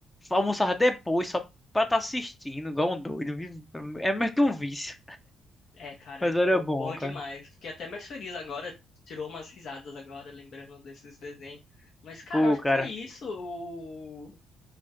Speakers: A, on the left (about 15°); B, on the left (about 65°).
A: Almoçar depois, só pra tá assistindo, igual um doido. É meio que um vício.
B: É, cara,
A: Mas
B: tipo,
A: era bom,
B: bom
A: cara.
B: demais. Fiquei até mais feliz agora, tirou umas risadas agora, lembrando desses desenhos. Mas, cara,
A: Pô,
B: eu acho
A: cara,
B: que foi isso. O-